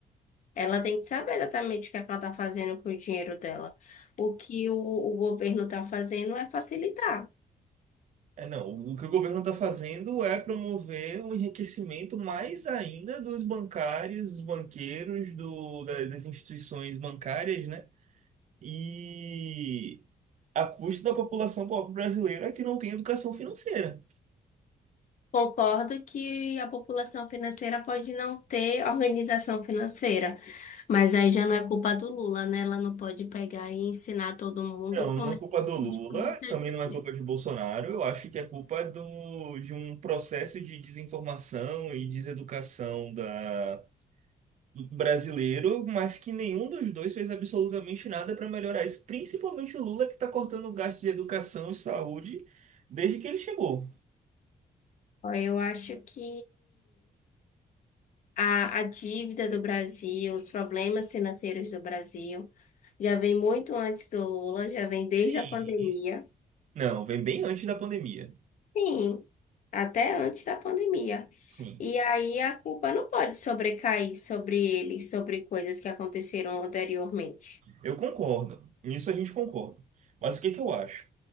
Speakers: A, on the left (about 60°); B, on the right (about 55°).
A: Ela tem que saber exatamente o que é que ela está fazendo com o dinheiro dela. O que o, o governo está fazendo é facilitar.
B: É, não, o que o governo está fazendo é promover o enriquecimento mais ainda dos bancários, dos banqueiros, do, da- das instituições bancárias, né? E a custa da população pobre brasileira que não tem educação financeira.
A: Concordo que a população financeira pode não ter organização financeira, mas aí já não é culpa do Lula, né? Ela não pode pegar e ensinar todo mundo
B: Não,
A: como
B: não é
A: é que
B: culpa do Lula,
A: a gente faz o seu
B: também
A: dinheiro.
B: não é culpa de Bolsonaro. Eu acho que é culpa do, de um processo de desinformação e deseducação da, do brasileiro, mas que nenhum dos dois fez absolutamente nada para melhorar isso. Principalmente o Lula, que está cortando o gasto de educação e saúde desde que ele chegou.
A: Ó, Eu acho que a, a dívida do Brasil, os problemas financeiros do Brasil, já vem muito antes do Lula, já vem desde
B: Sim.
A: a pandemia.
B: Não, vem bem antes da pandemia.
A: Sim, até antes da pandemia.
B: Sim,
A: E aí a culpa não pode sobrecair sobre ele, sobre coisas que aconteceram anteriormente.
B: eu concordo. Nisso a gente concorda. Mas o que que eu acho?